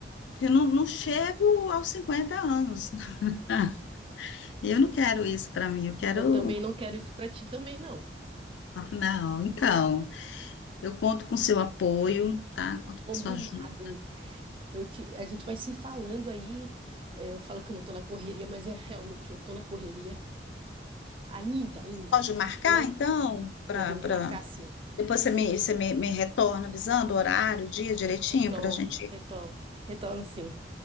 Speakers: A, on the left; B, on the right.
A: Porque eu não, não chego aos 50 anos. <laughs> E eu não quero isso para mim, eu quero.
B: Eu também não quero isso pra ti também, não.
A: <laughs> Não, então, eu conto com seu apoio, tá? Conto com
B: Combinado.
A: sua ajuda.
B: Eu te, a gente vai se falando aí. É, eu falo que eu não tô na correria, mas é realmente eu tô na correria. Ainda, ainda.
A: Pode marcar,
B: Logo
A: então, para.
B: podemos
A: para
B: marcar sim.
A: Depois você me, você me, me retorna avisando o horário, o dia direitinho,
B: Retorno,
A: para a gente.
B: retorno, retorno sim.